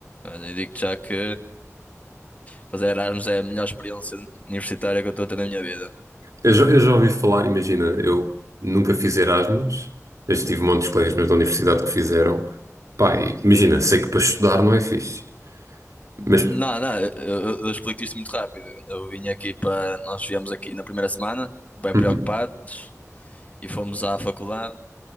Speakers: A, on the left (about 25°); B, on the right (about 75°).
A: Olha, e digo-te já que Fazer Erasmus é a melhor experiência universitária que eu estou a ter na minha vida.
B: Eu já, eu já ouvi falar, imagina, eu nunca fiz Erasmus, mas tive montes de colegas meus da universidade que fizeram. Pá, e imagina, sei que para estudar não é fixe, mas...
A: Não, não, eu, eu- eu explico-te isto muito rápido. Eu vim aqui para. Nós viemos aqui na primeira semana, bem
B: Uhum,
A: preocupados, e fomos à faculdade,